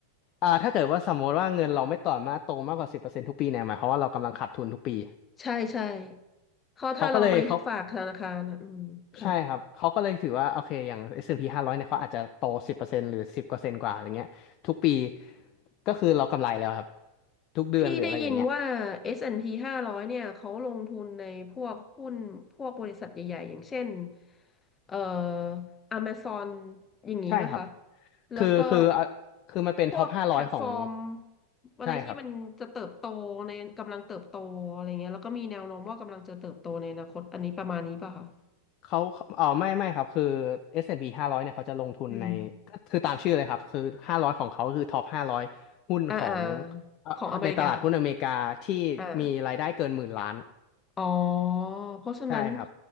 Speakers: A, on the left; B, on the left.
A: อ่าถ้าเกิดว่าสมมติว่าเงินเราไม่ต่อมาโตมากกว่าสิบเปอร์เซ็นต์ทุกปีเนี่ยหมายความว่าเรากำลังขาดทุนทุกปี
B: ใช่ใช่เพราะถ้าเราไปฝากธนาคารนะอืมค่ะ
A: เขาก็เลยเขาใช่ครับเขาก็เลยถือว่าโอเคอย่าง S&P 500เนี่ยเขาอาจจะโตสิบเปอร์เซ็นต์หรือสิบกว่าเปอร์เซนต์กว่าอะไรเงี้ยทุกปีก็คือเรากำไรแล้วครับทุกเดือนหรืออะไรอย่างเงี้ย
B: พี่ได้ยินว่า S&P 500เนี่ยเขาลงทุนในพวกหุ้นพวกบริษัทใหญ่ๆอย่างเช่นเอ่อ Amazon อย่างนี้ป่ะคะ
A: ใช่ครับ
B: แล้วก็
A: คือคืออ่ะคือมันเป็นท็อปห้าร้อยของ
B: พวกแพลตฟอร์มอะไรที่มันจะเติบโตในกำลังเติบโตอะไรเงี้ยแล้วก็มีแนวโน้มว่ากำลังจะเติบโตในอนาคตอันนี้ประมาณนี้ป่ะคะ
A: ใช่ครับ เขาเออไม่ไม่ครับคือ S&P 500เนี่ยเขาจะลงทุนในก็คือตามชื่อเลยครับคือ500ของเขาคือท็อป500หุ้นของ
B: อืม อ่าอ่า
A: เอ่อในตลาดหุ้นอเมริกาที่มีรายได้เกินหมื่นล้าน
B: ของอเมริกา อ่า อ๋อเพราะฉะนั้น
A: ใช่ครับ